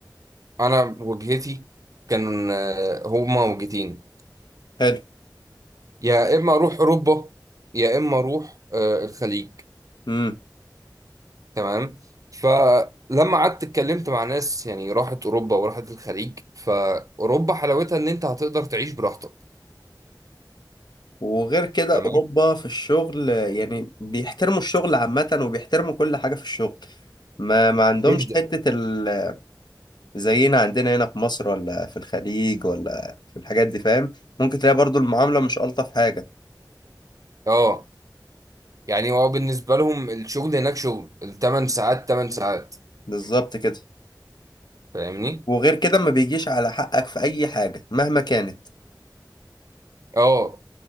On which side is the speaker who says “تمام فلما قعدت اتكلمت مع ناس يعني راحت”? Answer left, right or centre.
Right